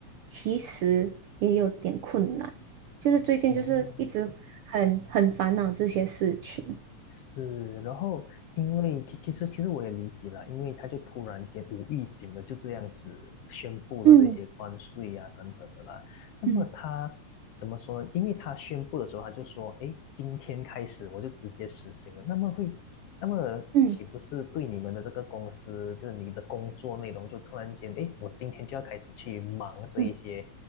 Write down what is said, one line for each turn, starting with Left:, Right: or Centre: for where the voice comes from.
Right: 其实也有点困难，就是最近就是一直很很烦恼这些事情。
Left: 哦。是，然后因为其其实其实我也理解了，因为他就突然间无预警的就这样子宣布了这些关税啊等等的啦。
Right: 嗯
Left: 那么他怎么说呢？
Right: 嗯
Left: 因为他宣布的时候他就说，诶，今天开始我就直接实行了。那么会，那么岂不是对你们的这个公司，
Right: 嗯
Left: 就是你的工作内容就突然间，诶，我今天就要开始去忙这一些，
Right: 嗯，